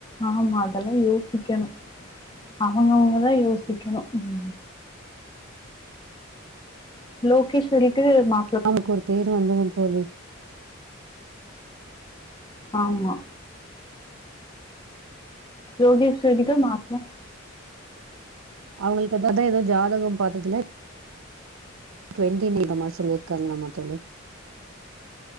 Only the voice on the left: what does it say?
ஆமா அதெல்லா யோசிக்கணு அவுங்கவுங்கதா யோசிக்கணு ம் லோகேஸ்வரிக்கி மா
ஆமா லோகேஸ்வரிக்கி மாப்ள